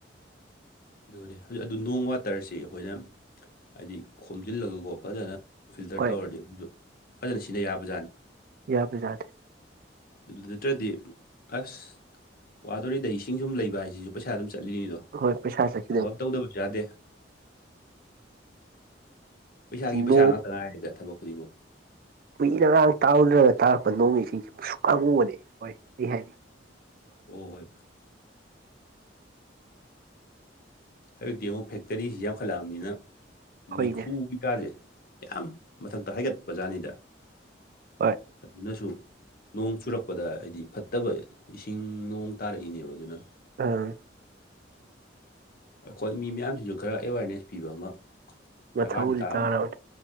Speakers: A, on the left; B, on the right.
A: ꯑꯗꯨꯅꯦ ꯍꯧꯖꯤꯛ ꯑꯗꯨ ꯅꯣꯡ ꯋꯥꯇꯔꯁꯤ ꯑꯩꯈꯣꯏꯅ ꯍꯥꯏꯗꯤ ꯈꯣꯝꯖꯤꯜꯂꯒꯀꯣ ꯐꯖꯅ ꯐꯤꯜꯇꯔ
B: ꯍꯣꯏ
A: ꯇꯧꯔꯗꯤ ꯑꯃꯨꯛꯁꯨ ꯐꯖꯅ ꯁꯤꯖꯤꯟꯅ ꯌꯥꯕꯖꯥꯠꯅꯤ
B: ꯌꯥꯕ ꯖꯥꯠꯅꯤ
A: ꯑꯗꯨ ꯅꯠꯇ꯭ꯔꯗꯤ ꯑꯁ ꯋꯥꯗꯣꯔꯤꯗ ꯏꯁꯤꯡ ꯁꯨꯝ ꯂꯩꯕ ꯍꯥꯏꯁꯤꯁꯨ ꯄꯩꯁꯥ ꯑꯗꯨꯝ ꯆꯠꯂꯤꯅꯤꯗꯣ
B: ꯍꯣꯏ ꯄꯩꯁꯥ ꯆꯠꯈꯤꯗꯣꯏꯅꯤ
A: ꯊꯕꯛ ꯑꯃꯥ ꯇꯧꯗꯕꯁꯨ ꯌꯥꯗꯦ ꯄꯩꯁꯥꯒꯤ ꯄꯩꯁꯥ
B: ꯅꯣꯡ
A: ꯉꯥꯛꯇ ꯉꯥꯏꯔꯦꯗꯥ ꯊꯕꯛ ꯈꯨꯗꯤꯡꯃꯛ
B: ꯀꯨꯏꯅꯒꯥꯡ ꯇꯥꯔꯨꯗ꯭ꯔꯒ ꯇꯥꯔꯛꯄ ꯅꯣꯡꯃ ꯏꯁꯤꯁꯦ ꯃꯨꯁꯨꯛꯀꯥ ꯃꯨꯕꯅꯦ ꯍꯣꯏ ꯑꯩ ꯍꯥꯏꯅ
A: ꯑꯣ ꯌꯥꯏꯕꯥ <unintelligible> ꯍꯧꯖꯤꯛꯇꯤ ꯑꯃꯨꯛ ꯐꯦꯛꯇꯔꯤꯁꯤ ꯌꯥꯝꯈꯠꯂꯛꯑꯕꯅꯤꯅ
B: ꯍꯣꯏꯅꯦ
A: ꯃꯩꯈꯨ ꯀꯩ ꯀꯥꯁꯦ ꯌꯥꯝ ꯃꯊꯛꯇ ꯍꯥꯏꯒꯠꯄꯖꯥꯠꯅꯤꯗ
B: ꯍꯣꯏ
A: ꯑꯗꯨꯅꯁꯨ ꯅꯣꯡ ꯆꯨꯔꯛꯄꯗ ꯍꯥꯏꯗꯤ ꯐꯠꯇꯕ ꯏꯁꯤꯡ ꯅꯣꯡ ꯇꯥꯔꯛꯏꯅꯦꯕ ꯑꯗꯨꯅ
B: ꯑꯥ
A: ꯑꯩꯈꯣꯏ ꯃꯤ ꯃꯌꯥꯝꯁꯤꯅ ꯈꯔ ꯑꯦꯋꯥꯔꯅꯦꯁ ꯄꯤꯕ ꯑꯃ
B: ꯃꯊꯧꯗꯤ
A: ꯗꯔꯀꯥꯔꯗꯤ ꯇꯥꯕꯗ
B: ꯇꯥꯔꯕꯅꯤ